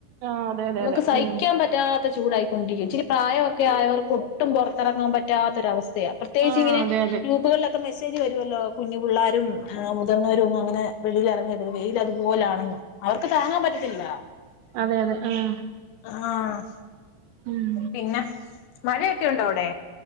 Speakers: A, on the right; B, on the left.
A: ആഹ് അതെ അതെ
B: നമക്ക്
A: അതെ
B: സഹിക്കാൻ
A: ഉം
B: പറ്റാത്ത ചൂടായി. ണ്ടുകെയും ഇച്ചിരി പ്രായമൊക്കെ ആയവർക്ക് ഒട്ടും പൊറത്തിറങ്ങാൻ പറ്റാത്തൊരവസ്ഥയ- പ്രത്യേകിച്ച്
A: ആഹ്
B: ഇങ്ങനെ
A: അതെ അതെ
B: ഗ്രൂപുകളൊ മെസ്സേജ് വരുമല്ലോ കുഞ്ഞു പിള്ളാരും മുതിർവരും ഒന്നും അങ്ങനെ വെളി എറങ്ങര്ത് വെയിൽ അതുപോലാണെന്ന് അവർക്ക് താങ്ങാൻ പറ്റത്തില്ല-
A: അതെ അതെ ആഹ്.
B: ആഹ്.
A: ഉം.
B: പിന്നെ മഴയൊക്കെ ഉണ്ടോ അവിടെ?